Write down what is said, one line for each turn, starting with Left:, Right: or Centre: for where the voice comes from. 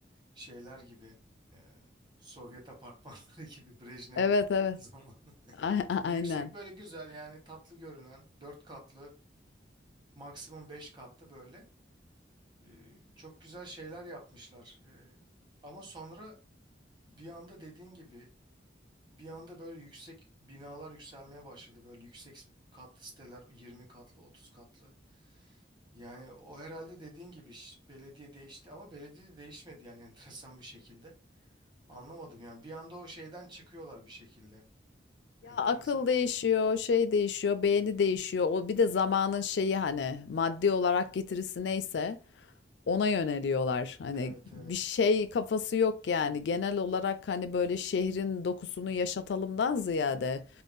Right: şeyler gibi e, Sovyet apartmanları <laughs> gibi Brejnev
Left: Evet, evet.
Right: <laughs> zamanı.
Left: A a- aynen.
Right: Yüksek böyle güzel yani tatlı görünen dört katlı maksimum beş katlı böyle E, çok güzel şeyler yapmışlar. E, ama sonra bir anda dediğin gibi Bir anda böyle yüksek binalar yükselmeye başladı. Böyle yüksek katlı siteler 20 katlı 30 katlı. Yani o herhalde dediğin gibi ş- belediye değişti ama belediye de değişmedi yani <laughs> enteresan bir şekilde. Anlamadım yani bir anda o şeyden çıkıyorlar bir şekilde.
Left: Ya
Right: Enteresan.
Left: akıl değişiyor, şey değişiyor, beğeni değişiyor. O bir de zamanın şeyi hani maddi olarak getirisi neyse ona yöneliyorlar. Hani
Right: Evet evet
Left: bir şey kafası yok yani. Genel olarak hani böyle şehrin dokusunu yaşatalımdan ziyade